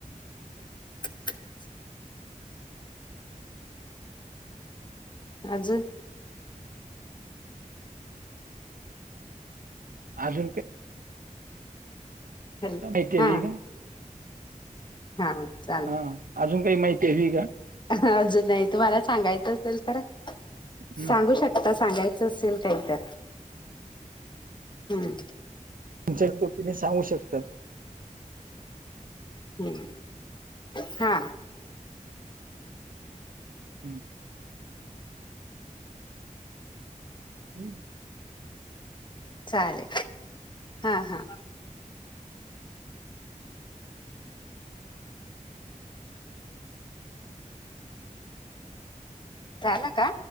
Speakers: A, on the left; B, on the right.
A: <unintelligible> आजून
B: अजून का
A: हॅल
B: माती
A: हा
B: का
A: हा चाल
B: हा अजून काही माहिती हवी का
A: अजून नाही तुम्हाला सांगायचं असेल तर
B: हम्म.
A: सांगू शकता आता सांगायचं असेल काही तर हम्म
B: तुमच्याो त्ही सांगू शकतात
A: हम् हा
B: हं हम्म
A: चालेल हा हा झालं का